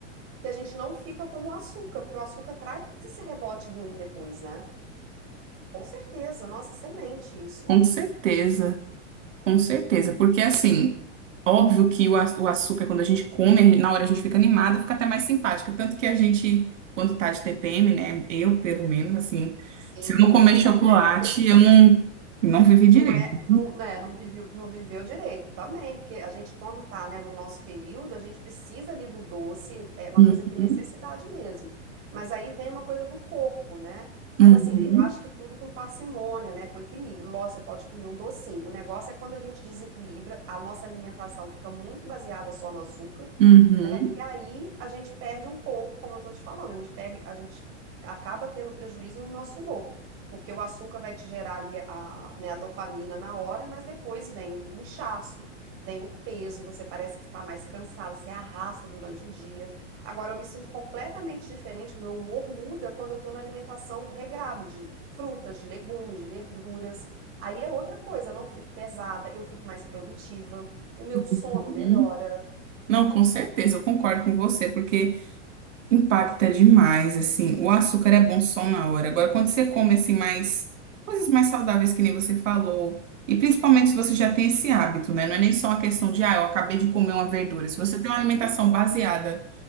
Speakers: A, on the right (about 35°); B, on the right (about 80°).
A: que a gente não fica como o açúcar, porque o açúcar traz esse rebote ruim depois, né? Com certeza, nossa, excelente isso.
B: com certeza, com certeza, porque assim, óbvio que o, a- o açúcar, quando a gente come, a gente- na hora a gente fica animada, fica até mais simpática, tanto que a gente, quando tá de TPM, né, eu pelo menos, assim,
A: Sim,
B: se eu
A: comigo
B: não comer chocolate,
A: também.
B: eu não, não vivi direito.
A: Não é, não, né, não viveu, não viveu direito também, porque a gente, quando tá, né, no nosso período, a gente precisa ali do doce, é uma
B: Uhum,
A: coisa que é necessidade mesmo. Mas aí vem uma coisa do corpo, né? Mas
B: uhum,
A: assim, eu acho que tudo com parcimônia, né, com equilíbrio. Lógico, você pode comer um docinho. O negócio é quando a gente desequilibra, a nossa alimentação fica muito baseada só no açúcar,
B: uhum,
A: né? E aí a gente perde um pouco, como eu tô te falando, a gente pega, a gente acaba tendo prejuízo no nosso humor porque o açúcar vai te gerar ali a, né, a dopamina na hora, mas depois vem o inchaço, vem o peso, você parece que está mais cansada, você arrasta durante o dia. Agora eu me sinto completamente diferente, o meu humor muda quando eu estou na alimentação regrada de frutas, de legumes, de verduras. Aí é outra coisa, eu não fico pesada, eu fico mais produtiva, o meu sono
B: uhum.
A: melhora.
B: Não, com certeza, eu concordo com você, porque Impacta demais, assim. O açúcar é bom só na hora. Agora, quando você come, assim, mais coisas mais saudáveis, que nem você falou, e principalmente se você já tem esse hábito, né? Não é nem só uma questão de, ah, eu acabei de comer uma verdura. Se
A: Sim,
B: você tem uma alimentação baseada